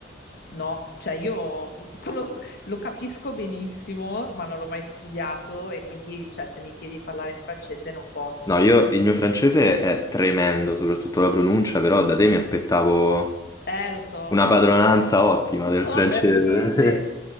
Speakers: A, on the left; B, on the left.
A: No, cioè io conosco- lo capisco benissimo, ma non l'ho mai studiato e quindi, cioè, se mi chiedi di parlare in francese non posso.
B: No, io il mio francese è tremendo, soprattutto la pronuncia, però da te mi aspettavo
A: Eh, lo so,
B: una padronanza ottima
A: <laughs>
B: del
A: no,
B: francese.
A: per niente.
B: <laughs>